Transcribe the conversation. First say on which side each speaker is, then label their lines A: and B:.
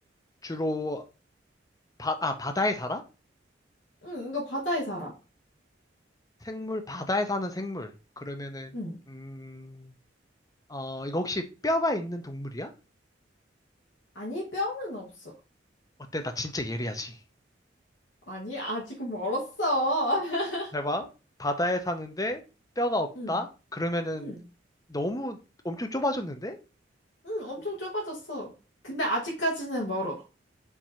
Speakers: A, on the left (about 20°); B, on the left (about 80°).
A: 주로 바, 아 바다에 살아?
B: 응, 이거 바다에 살아.
A: 생물 바다에 사는 생물. 그러면은
B: 응.
A: 음.. 어, 이거 혹시 뼈가 있는 동물이야?
B: 아니, 뼈는 없어.
A: 어때? 나 진짜 예리하지.
B: 아니, 아직 멀었어. <laughs>
A: 잘 봐. 바다에 사는데 뼈가 없다?
B: 응,
A: 그러면은
B: 응.
A: 너무 엄청 좁아졌는데?
B: 응, 엄청 좁아졌어. 근데 아직까지는 멀어.